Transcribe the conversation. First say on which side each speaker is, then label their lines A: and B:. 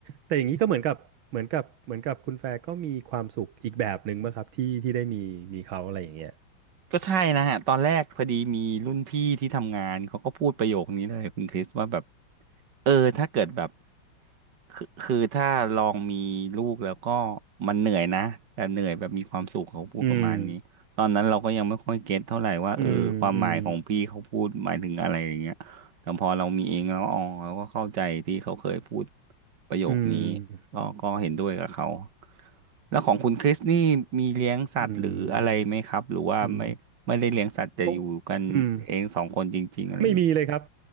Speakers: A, on the right (about 85°); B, on the right (about 60°).
A: แต่อย่างนี้ก็เหมือนกับเหมือนกับเหมือนกับคุณแฟร์ก็มีความสุขอีกแบบหนึ่งป่ะครับที่ที่ได้มีมีเขาอะไรอย่างเงี้ย
B: ก็ใช่นะฮะตอนแรกพอดีมีรุ่นพี่ที่ทำงานเขาก็พูดประโยคนี้เลยคุณคริสว่าแบบ เออถ้าเกิดแบบคือคือถ้าลองมีลูกแล้วก็มันเหนื่อยนะแต่เหนื่อยแบบมีความสุขเขาพูดประมาณนี้ตอนนั้นเราก็ยังไม่ค่อยเก็ตเท่าไหร่ว่าเออความหมายของพี่เขาพูดหมายถึงอะไรอย่างเงี้ยแต่พอเรามีเองแล้วอ๋อเราก็เข้าใจที่เขาเคยพูด
A: อืมอืมอืม
B: ประโยคนี้
A: อืม
B: ก็ก็เห็นด้วยกับเขาแล้วของคุณคริสนี่มีเลี้ยงสัตว์หรืออะไรไหมครับหรือว่าไม่ไม่ได้เลี้ยงสัตว์แต่อยู่กันเองสองคนจริงๆอะไรอย่างงี้
A: อืมอืม เพราะอืมไม่มีเลยครับ